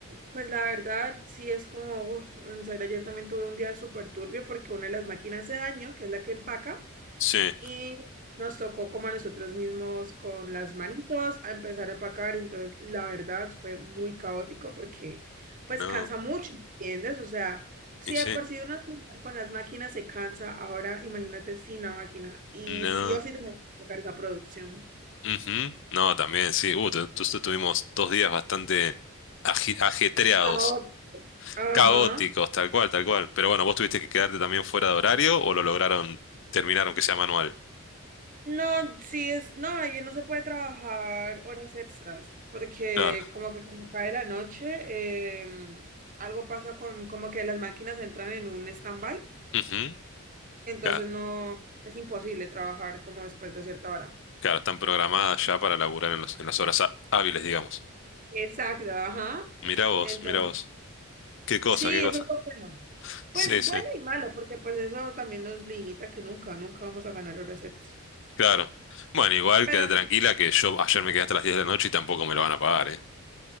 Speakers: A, on the right; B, on the left.
A: pues la verdad, sí es como, uf, en serio, ayer también tuve un día súper turbio porque una de las máquinas se dañó, que es la que empaca.
B: Sí,
A: Y nos tocó como a nosotros mismos con las manitos a empezar a empacar. Entonces, la verdad fue muy caótico porque pues
B: no,
A: cansa mucho, ¿entiendes? O sea, si
B: y sí,
A: de por sí uno con las máquinas se cansa, ahora imagínate sin la máquina. Y
B: no,
A: sí o sí tenemos que sacar esa producción.
B: ujú, No, también, sí, uh, tu- tu- tu- tuvimos dos días bastante aji- ajetreados,
A: Caótico. Ajá.
B: caóticos, tal cual, tal cual. Pero bueno, vos tuviste que quedarte también fuera de horario o lo lograron terminar aunque sea manual.
A: No, sí es, no, ayer no se puede trabajar horas extras, porque
B: Claro,
A: como que cuando cae la noche, em, algo pasa con, como que las máquinas entran en un stand-by,
B: ujú,
A: entonces
B: Claro,
A: no, es imposible trabajar como después de cierta hora.
B: claro, están programadas ya para laburar en, los- en las horas há- hábiles, digamos.
A: Exacto, ajá.
B: Mirá vos,
A: Entonces,
B: mirá vos. Qué cosa,
A: sí,
B: qué cosa.
A: eso es lo bueno. Pues
B: Sí, sí,
A: bueno y malo, porque pues eso también nos limita que nunca, nunca vamos a ganar horas extras.
B: claro. Bueno, igual
A: Pero,
B: quédate tranquila que yo ayer me quedé hasta las 10 de la noche y tampoco me lo van a pagar, ¿eh?